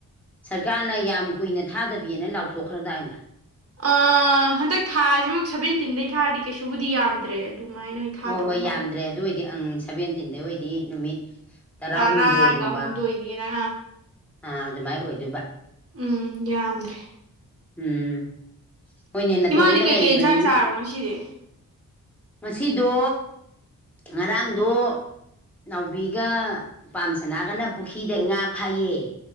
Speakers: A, in the centre; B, on the right (about 40°).
A: ꯁꯔꯀꯥꯔꯅ ꯌꯥꯝ ꯀꯨꯏꯅ ꯊꯥꯗꯕꯤꯅ ꯂꯥꯎꯊꯣꯛꯈ꯭ꯔꯗꯥꯏꯅꯦ
B: ꯑ ꯍꯟꯗꯛ ꯊꯥꯁꯤꯃꯛ ꯁꯚꯦꯟꯇꯤꯟꯗꯩ ꯊꯥꯔꯗꯤ ꯀꯩꯁꯨꯕꯨꯗꯤ ꯌꯥꯝꯗ꯭ꯔꯦ ꯑꯗꯨꯃꯥꯏꯅ ꯑꯣꯏꯅ ꯊꯥꯗꯧꯕ
A: ꯍꯣꯏ ꯍꯣꯏ ꯌꯥꯝꯗ꯭ꯔꯦ
B: ꯃꯥꯜꯂꯦ
A: ꯑꯗꯨ ꯑꯣꯏꯗꯤ ꯑꯪ ꯁꯚꯦꯟꯇꯤꯟꯗꯩ ꯑꯣꯏꯗꯤ ꯅꯨꯃꯤꯠ ꯇꯔꯥꯍꯨꯝꯗꯣꯏꯒꯨꯝꯕ
B: ꯇꯔꯥꯒ ꯑꯍꯨꯝꯗ ꯑꯣꯏꯅꯤꯅ
A: ꯑ ꯑꯗꯨꯃꯥꯏꯅ ꯑꯣꯏꯗꯣꯏꯕ
B: ꯎꯝ ꯌꯥꯝꯗ꯭ꯔꯦ
A: ꯎꯝ ꯍꯣꯏꯅꯦ ꯅꯥꯇꯣꯝꯇ
B: ꯏꯃꯥꯗꯤ ꯀꯩꯀꯩ
A: ꯂꯩꯕ꯭ꯔꯅꯤ
B: ꯏꯟꯁꯥꯡ ꯆꯥꯔꯕ ꯉꯁꯤꯗꯤ
A: ꯉꯁꯤꯗꯣ ꯉꯔꯥꯡꯗꯣ ꯅꯥꯎꯕꯤꯒ ꯄꯥꯝꯁꯅꯥꯒꯅ ꯄꯨꯈ꯭ꯔꯤꯗ ꯉꯥ ꯐꯩꯌꯦ